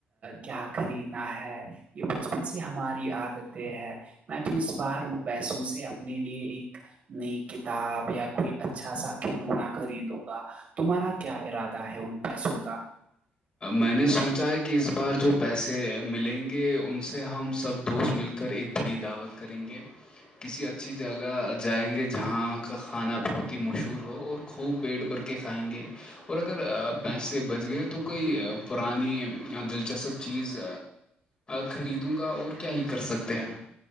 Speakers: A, on the right; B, on the left.
A: کیا خریدنا ہے یہ بچپن سے ہماری عادتیں ہے میں تو اس بار ان پیسوں سے اپنے لیے ایک نئی کتاب یا کوئی اچھا سا کھلونا خریدوں گا تمہارا کیا ارادہ ہے ان پیسوں کا
B: میں نے سوچا ہے کہ اس بار جو پیسے ملیں گے ان سے ہم سب دوست مل کر ایک بڑی دعوت کریں گے کسی اچھی جگہ جائیں گے جہاں کا کھانا بہت ہی مشہور ہو اور خوب پیٹ بھر کے کھائیں گے اور اگر پیسے بچ گئے تو کوئی پرانییا دلچسپ چیز خریدوں گا اور کیا ہی کر سکتے ہیں